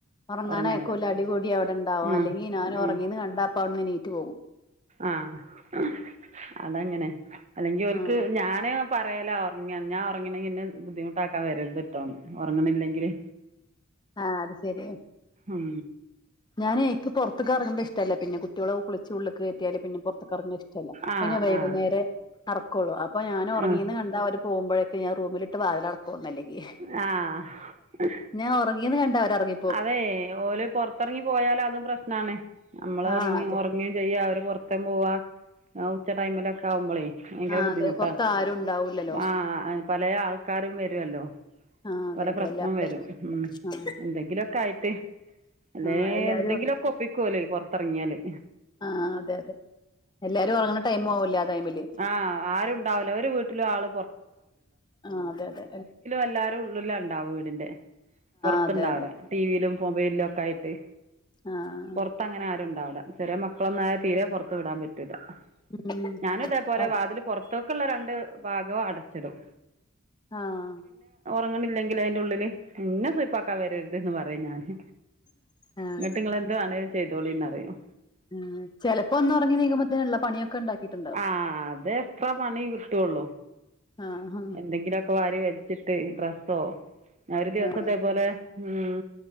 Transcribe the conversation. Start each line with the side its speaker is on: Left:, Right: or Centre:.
Left: ഒറങ്ങാനയ്ക്കൂല്ല
Right: ഉറങ്ങാതെ
Left: അടികൂടി അവ്ടെണ്ടാവും
Right: ആ
Left: അല്ലെങ്കി
Right: ഉം
Left: ഞാനൊറങ്ങീന്ന്
Right: ഉം
Left: കണ്ടാ പ്പവ്‌ട്ന്ന് എണീറ്റു പോവും.
Right: ആഹ് അ് അതങ്ങനെ അല്ലെങ്കി ഓല്ക്ക്
Left: ആഹ്
Right: ഞാന് പറയല ഒറ്ങ്ങാൻ ഞാൻ ഒറങ്ങണെങ്കി ന്നെ ബുദ്ധിമുട്ടാക്കാ വരരുത്ട്ടോന്ന് ഒറങ്ങണില്ലെങ്കില്.
Left: ആഹ് അത് ശെരിയാണ്
Right: ഉം
Left: ഞാനെ ഇൻക്ക് പൊറ്ത്ത്ക്കറങ്ങണ്ട് ഇഷ്ടല്ല പിന്നെ കുട്ടിയോളെ കുളിച്ചുള്ളു കേറ്റിയാല് പിന്നെ പൊ റ്ത്ത് ക്കറ്ങ്ങ്ണ് ഇഷ്ടല്ല.
Right: ആഹ്
Left: പിന്നെ വൈകുന്നേരെ
Right: ആഹ്
Left: അറക്കൊള്ളൂ അപ്പൊ ഞാന് ഒറങ്ങീന്ന്
Right: ആഹ്
Left: കണ്ടാ ഓര് പോവ്മ്പഴേക്ക ഞാ റൂമിലിട്ട് വാതിലടക്കും ഒന്നല്ലെങ്കി
Right: ആഹ്
Left: ഞാ ഒറങ്ങീന്ന് കണ്ട അവരറങ്ങി
Right: അതെ ഓല് പൊറ്ത്തറങ്ങി പോയാല് അതും പ്രശ്നാണ്. നമ്മളൊറങ്ങി
Left: ആഹ് അതെ
Right: ഒറ് ങ്ങും ചെയ്യും അവര് പൊറ്ത്തെം പോവാ ആഉച്ച ടൈമിലൊക് ക്കാവുമ്പളെ ഭയങ്കര
Left: ആഹ്
Right: ബുദ്ധിമുട്ടാ
Left: അതെ പുറത്ത് ആരും ഉണ്ടാവൂല്ലല്ലോ
Right: ആഹ് പലേ ആൾക്കാരും വരുവല്ലോ
Left: ആഹ് അതെ
Right: പല
Left: അതെ
Right: പ്രശ്നം
Left: എല്ലാരും
Right: വരും ഉം
Left: ആഹ്
Right: എന്തെങ്കിലൊക്കായിട്ട് അല്ലെ
Left: ആഹ് എല്ലാരും
Right: എന്തെങ്കിലൊക്കെ ഒപ്പിക്കോലോ ഈ പൊറത്തെറങ്ങിയാല്.
Left: ആഹ് അതെ അതെ എല്ലാരും ഒറങ്ങണ ടൈമാവൂലെ ആ ടൈമില്
Right: ആ ആരും ഉണ്ടാവില്ല ഒരു വീട്ടിലും ആൾ
Left: ആഹ് അതെ അതെ
Right: എല്ലാരുള്ളിലാണ്ടാവ് വീടിന്റെ പൊറ്ത്തുണ്ടാവുല
Left: അതെ അതെ
Right: ടി വിയിലും മൊബൈലിലൊക്കായിട്ട്
Left: ആഹ് ആഹ് ആഹ്
Right: ഇപ്പൊങ്ങനെ ആരുണ്ടാവുല ചെറിയ മക്കളൊന്നായ തീരെ പൊറത്ത് വിടാൻ പറ്റൂല്ല
Left: ഉം
Right: ഞാനും ഇതേപോലെ
Left: ആഹ്
Right: വാതില് പൊറ്ത്തേക്കുള്ള രണ്ട് ഭാഗം അടച്ചിടും.
Left: ആഹ്
Right: അങ്ങനില്ലെങ്കി അയിൻ്റുള്ളില് ഇന്നെ സുയിപ്പാക്കാൻ വരരുത് ന്ന് പറിം ഞാന്.
Left: ആഹ്
Right: എന്നിട്ട് ഇങ്ങളെന്ത് വേണേലും ചെയ്തോളിന്നറിയും
Left: ആഹ് ചെലപ്പോന്നൊറങ്ങി ണീക്കുമ്പോത്തിന് ഉള്ള പണിയൊക്കെ ഇണ്ടാക്കിയിട്ടുണ്ട്
Right: ആഹ് അതെക്സ്ട്രാ പണി കിട്ടുള്ളൂ.
Left: ആഹ്
Right: എന്തെങ്കിലൊക്കെ വാരി വലിച്ചിട്ട് ഡ്രസ്സോ ഞാൻ ഒരു ദിവ്സം
Left: ആഹ്
Right: ഇതേപോലെ ഉം